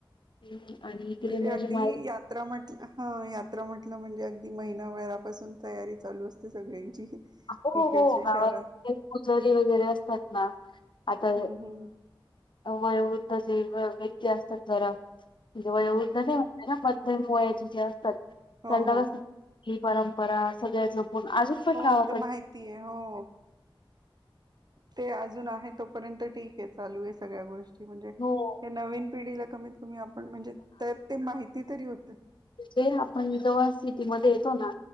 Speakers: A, on the left (about 65°); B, on the right (about 50°).
A: हम्म आणि एकडे
B: म्हणजे
A: माझ्या
B: अगदी
A: माहेरी
B: यात्रा म्हटलं ह यात्रा म्हटलं म्हणजे अगदी महिनाभरापासून तयारी चालू असते सगळ्यांची
A: हो
B: इकडच्या
A: हो गावात
B: शहरात
A: पुजारी वगैरे असतात ना आता
B: हम्म हम्म
A: अ वयोवृद्ध जे व - व्यक्ती असतात जरा म्हणजे वयोवृद्ध
B: हो
A: नाही हायना मध्यम वयाचे जे असतात
B: हो
A: त्यांना
B: हो
A: कस ही परंपरा सगळ्या जपून अजून पण
B: हो
A: गवा
B: ते माहिती आहे. हो ते अजून आहे तोपर्यंत ठीक आहे चालू आहे सगळ्या गोष् म्हणजे
A: हो
B: या नवीन पिढीला कमीत कमी आपण म्हणजे त्यात ते माहिती तरी होत.
A: तिथे आपण जव्हा सिटीमध्ये येतो ना